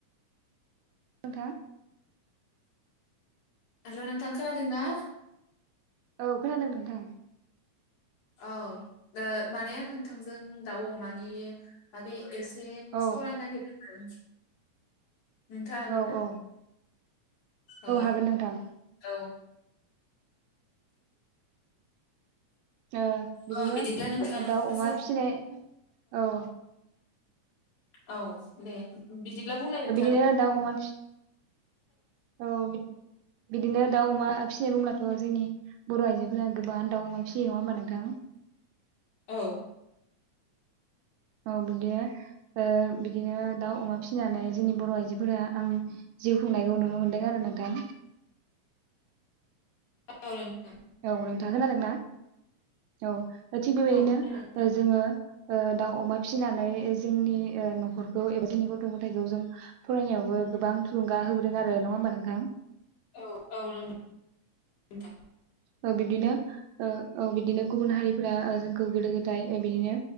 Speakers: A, on the right; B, on the left.
A: नोंथा
B: हेल' नोंथां खोनादों ना
A: औ खोनादों नोंथां
B: औ ओ माने आं नोंथांजों दाउ, अमानि बागै एसे
A: औ
B: सावरायनो नायगिरदोंमोन। नोंथां हागोन
A: औ
B: ना?
A: औ
B: औ
A: हागोन नोंथां
B: औ।
A: ओ बिदिनो
B: अ बिदिब्ला नोंथांजों
A: दाउ अमा फिसिनाय औ।
B: औ दे बिदिब्ला बुंनाय नोंथां।
A: बिदिनो दाउ अमा औ बिदिनो दाउ अमा फिसिनाय बुंब्लाथ' जोंनि बर' आइजोफोरा गोबाङा दाउ अमा फिसियो नङा होमबा नोंथां?
B: औ।
A: औ बिदिनो ओ बिदिनो दाउ अमा फिसिनानै जोंनि बर' आइजोफोरा ओं जिउ खुंनायखौ नुनो मोन्दों आरो नोंथां।
B: <inaudible> औ नोंथां।
A: औ नोंथां खोनादोंना? औ। दा थिग बेबायदिनो
B: औ खोनादों
A: जोङो ओ दाउ अमा फिसिनानै जोंनि ओ न'खरखौ एबा जोंनि गथ' गथायखौ जों फरायनायावबो गोबां थुलुंगा होबोदों आरो नङा होम बा नोंथां?
B: औ औ नंगौ नोंथां।
A: ओ बिबदिनो ओ‌ ओ बिदिनो गुबुन हारिफोरा ओ जोंखौ गोदो गोदाय बिदिनो